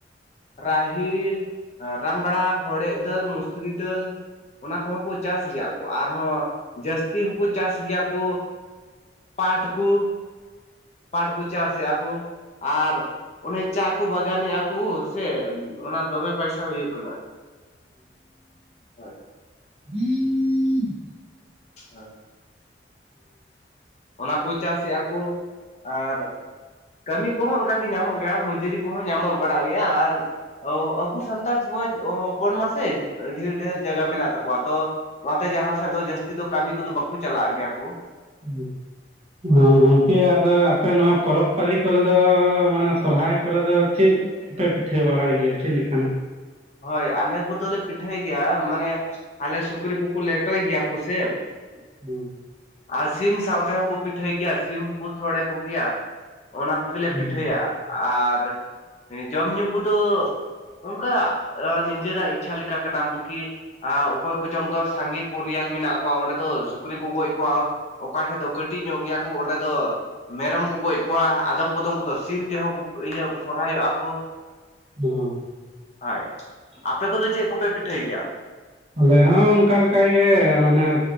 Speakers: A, on the left (about 40°); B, on the right (about 35°).
A: ᱨᱟᱦᱤᱲ ᱨᱟᱢᱲᱟ ᱦᱚᱲᱮᱫ ᱫᱟᱹᱞ ᱢᱚᱥᱨᱤ ᱫᱟᱹᱞ ᱚᱱᱟ ᱠᱚᱦᱚᱸ ᱠᱚ ᱪᱟᱥ ᱜᱮᱭᱟ ᱠᱚ ᱟᱨᱦᱚᱸ ᱡᱟᱹᱥᱛᱤ ᱦᱚᱸᱠᱚ ᱪᱟᱥ ᱜᱮᱭᱟ ᱠᱚ ᱯᱟᱴ ᱠᱩ ᱯᱟᱴ ᱠᱩ ᱪᱟᱥᱮᱫ-ᱟ ᱠᱚ ᱟᱨ ᱚᱱᱮ ᱪᱟ ᱠᱩ ᱵᱟᱜᱟᱱᱮᱫ-ᱟ ᱠᱩ ᱥᱮ ᱚᱱᱟ ᱫᱚᱢᱮ ᱯᱟᱭᱥᱟ ᱦᱩᱭᱩᱜ ᱠᱟᱱᱟ, ᱦᱳᱭ᱾
B: <unintelligible>
A: <unintelligible> ᱚᱱᱟ ᱠᱚ ᱪᱟᱥᱮᱫ-ᱟ ᱠᱚ ᱟᱨ ᱠᱟᱹᱢᱤ ᱠᱚᱦᱚᱸ ᱚᱱᱠᱟᱜᱮ ᱧᱟᱢᱚᱜ ᱜᱮᱭᱟ ᱢᱚᱡᱩᱨᱤ ᱠᱚᱦᱚᱸ ᱧᱟᱢᱚᱜ ᱵᱟᱲᱟᱜ ᱜᱮᱭᱟ ᱟᱨ ᱚ ᱟᱵᱚ ᱥᱟᱱᱛᱟᱲ ᱥᱚᱢᱟᱡᱽ ᱦᱚᱯᱚᱱ ᱢᱟᱥᱮ ᱰᱷᱮᱨ ᱰᱷᱮᱨ ᱡᱟᱜᱟ ᱢᱮᱱᱟᱜ ᱛᱟᱠᱚᱣᱟ ᱛᱚ ᱚᱱᱟᱛᱮ ᱡᱟᱦᱟᱸ ᱥᱮᱫ ᱫᱚ ᱡᱟᱹᱥᱛᱤ ᱫᱚ ᱠᱟᱹᱢᱤ ᱠᱚᱫᱚ ᱵᱟᱠᱚ ᱪᱟᱞᱟᱜ ᱜᱮᱭᱟ ᱠᱚ,
B: <inaudible> <unintelligible>
A: ᱦᱳᱭ
B: ᱠᱮ ᱟᱫᱚ ᱟᱯᱮ ᱱᱚᱣᱟ ᱯᱚᱨᱚᱵᱽ ᱯᱟᱨᱤ ᱠᱚᱨᱮ ᱫᱚ ᱢᱟᱱᱮ ᱥᱚᱨᱦᱟᱭ ᱠᱚᱨᱮ ᱫᱚ ᱪᱮᱫ ᱯᱮ ᱯᱤᱴᱷᱟᱹ ᱵᱟᱲᱟᱭ ᱜᱮᱭᱟ ᱪᱮᱫ ᱞᱮᱠᱟᱱᱟᱜ?
A: ᱦᱳᱭ ᱟᱞᱮ ᱠᱚᱫᱚᱞᱮ ᱯᱤᱴᱷᱟᱹᱭ ᱜᱮᱭᱟ ᱢᱟᱱᱮ ᱟᱞᱮ ᱥᱩᱠᱨᱤ ᱠᱩᱠᱩ ᱞᱮᱴᱚᱭ ᱜᱮᱭᱟ ᱠᱚ ᱥᱮ
B: <unintelligible>
A: ᱟᱨ ᱥᱤᱢ ᱥᱟᱶ ᱛᱮᱦᱚᱸ ᱠᱚ ᱯᱤᱴᱷᱟᱹᱭ ᱜᱮᱭᱟ ᱥᱤᱢ ᱦᱚᱸᱠᱚ ᱥᱚᱲᱮ ᱠᱚᱜᱮᱭᱟ, ᱚᱱᱟ ᱠᱚ ᱜᱮᱞᱮ
B: ᱦᱩᱸ
A: ᱯᱤᱴᱷᱟᱹᱭᱟ ᱟᱨ ᱡᱚᱢᱼᱧᱩ ᱠᱚᱫᱚ ᱚᱝᱠᱟ ᱟ ᱱᱤᱡᱮᱨᱟᱜ ᱤᱪᱪᱷᱟ ᱞᱮᱠᱟ ᱠᱟᱱᱟ ᱵᱩᱠᱤ ᱟ ᱚᱠᱚᱭ ᱠᱚᱪᱚᱝ ᱫᱚ ᱥᱟᱸᱜᱮ ᱯᱚᱨᱤᱭᱟᱞ ᱢᱮᱱᱟᱜ ᱠᱚᱣᱟ ᱚᱸᱰᱮ ᱫᱚ ᱥᱩᱠᱨᱤ ᱠᱩ ᱜᱚᱡ ᱠᱚᱣᱟ ᱚᱠᱟ ᱴᱷᱮᱡ ᱫᱚ ᱠᱟᱹᱴᱤᱡ ᱧᱚᱜ ᱜᱮᱭᱟ ᱠᱚ ᱚᱸᱰᱮ ᱫᱚ ᱢᱮᱨᱚᱢ ᱠᱚ ᱜᱚᱡ ᱠᱚᱣᱟ ᱟᱫᱚᱢ ᱠᱚᱫᱚᱢ ᱠᱚᱫᱚ ᱥᱤᱢ ᱛᱮᱦᱚᱸ ᱠᱚ ᱤᱭᱟᱹ ᱥᱚᱨᱚᱦᱟᱭᱚᱜ-ᱟ ᱠᱚ᱾
B: <unintelligible>
A: ᱦᱳᱭ ᱟᱯᱮ ᱠᱚᱫᱚ ᱪᱮᱫ ᱠᱚᱯᱮ ᱯᱤᱴᱷᱟᱹᱭ ᱜᱮᱭᱟ᱾
B: ᱟᱞᱮ ᱦᱚᱸ ᱚᱱᱠᱟ ᱞᱮᱜᱮ ᱢᱟᱱᱮ